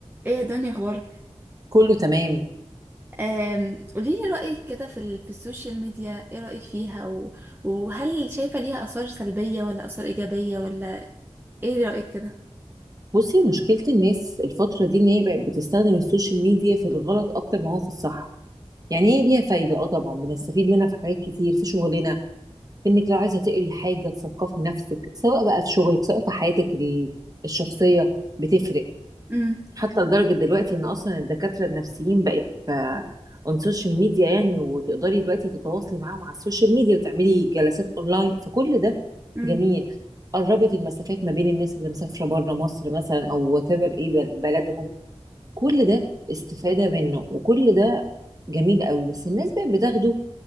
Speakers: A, on the right (about 15°); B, on the right (about 30°).
A: ايه يا دنيا اخبارك
B: كله تمام
A: أم، قوليلي رأيك كده في ال- في السوشيال ميديا ايه رأيك فيها و- وهل شايفة ليها آثار سلبية ولا آثار إيجابية ولا ايه رأيك كده
B: بصي مشكلة الناس الفترة دي ان هي بقت بتستخدم السوشيال ميديا في الغلط اكتر ما هو في الصح يعني هي ليها فايدة اه طبعا بنستفيد منها في حاجات كتير في شغلنا في انك لو عايزة تقري حاجة تثقفي نفسك سواء بقى في شغلك سواء في حياتك ال- الشخصية بتفرق
A: امم
B: حتى لدرجة دلوقتي ان اصلا الدكاترة النفسيين بقت اون سوشيال ميديا يعني وتقدري دلوقتي تتواصلي معاهم على السوشيال ميديا وتعملي جلسات اونلاين فكل ده
A: امم
B: جميل قربت المسافات ما بين الناس اللي مسافرة بره مصر مثلا او وات ايفر ايه بل- بلدهم كل ده استفادة منه وكل ده جميل قوي بس الناس بقت بتاخده